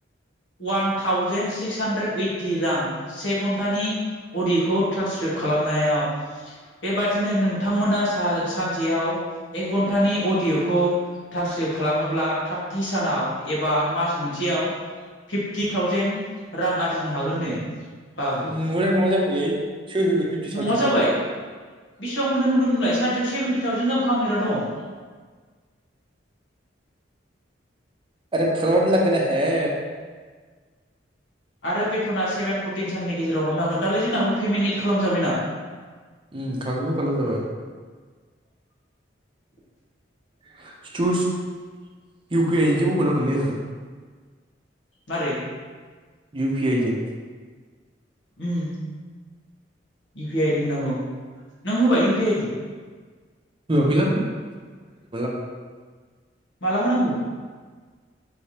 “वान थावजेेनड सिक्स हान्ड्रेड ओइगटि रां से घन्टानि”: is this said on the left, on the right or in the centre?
Left